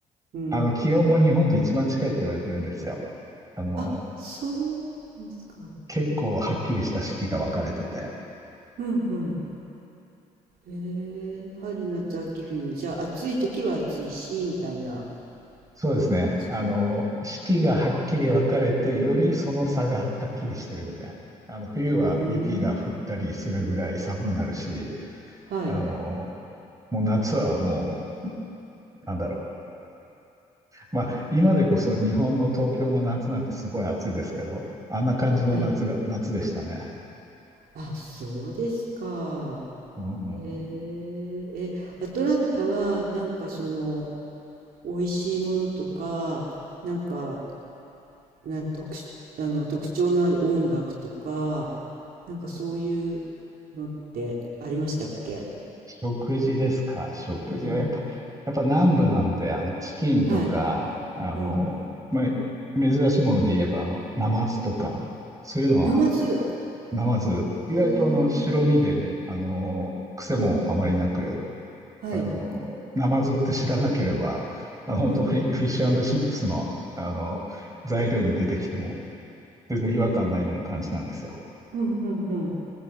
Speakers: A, on the right; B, on the right.
A: うん。
B: あの、気温も日本と一番近いって言われてるんですよ。あの、
A: あ、そうですか。
B: 結構はっきりした四季が分かれてて。
A: うんうん。へえ。春夏秋冬。じゃあ、暑い時は暑いし、みたいな
B: そうですね。
A: 感じ。
B: あの、四季がはっきり分かれて、よりその差がはっきりしてるみたいな。あの、冬は雪が降ったりするぐらい寒くなるし、
A: うーん。はい。
B: あの、もう夏はもう、なんだろう。まあ、今でこそ日本の東京の夏なんてすごい暑いですけど、あんな感じの夏が、
A: はい。
B: 夏でしたね。
A: あ、そうですか。
B: うん。
A: へえ。え、アトランタは、なんかその、美味しいものとか、なんか、なん特殊、あの特徴のある音楽とか、なんかそういうのってありましたっけ
B: 食事ですか。食事はやっぱ、
A: うん。
B: やっぱ南部なんで、あの、チキンとか、
A: はい。
B: あの、
A: うん。
B: まあ、珍しいもので言えば、あの、ナマズとか、そういうのは、
A: ナマズ。
B: ナマズ、
A: えー、
B: 意外とあの、白身でね、あの、癖もあまりなく、
A: うんうん。はい。
B: あの、ナマズって知らなければ、あの、本当フィ、
A: うん。
B: フィッシュチップスの、あの、材料に出てきても、全然違和感ないような感じなんですよ。
A: うんうんうん。